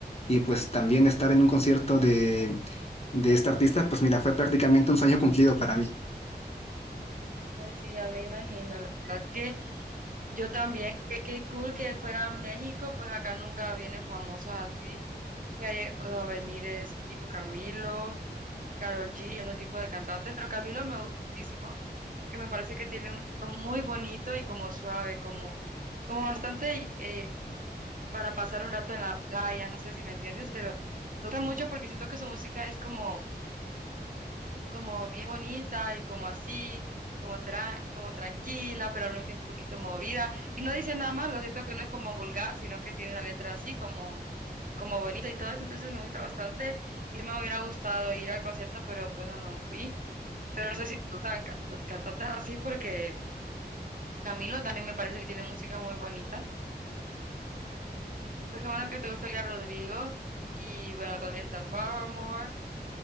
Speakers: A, on the left; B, on the right.
A: y pues también estar en un concierto de, de esta artista, pues mira, fue prácticamente un sueño cumplido para mí.
B: Ay, sí, ya me imagino, la verdad que yo también, que qué cool que fuera a México, pues acá nunca vienen famosos así, que ha llegado a venir es tipo Camilo, Karol G, ese tipo de cantantes, pero Camilo me gusta muchísimo, que me parece que tiene un estilo muy bonito y como suave, como, como bastante eh, para pasar un rato en la playa, no sé si me entiendes, pero me gusta mucho porque siento que su música es como como bien bonita y como así, como, tra- como tranquila, pero al mismo tiempo un poquito movida. Y no dice nada más lo siento que no es como vulgar, sino que tiene la letra así como, como bonita y todo eso, entonces me gusta bastante. Y sí me hubiera gustado ir al concierto, pero pues no, no fui. Pero no sé si te gustan ca- cantantes así porque Camilo también me parece que tiene música muy bonita. Entonces qué bueno que te gusta Olivia Rodrigo y bueno, también está Paramore.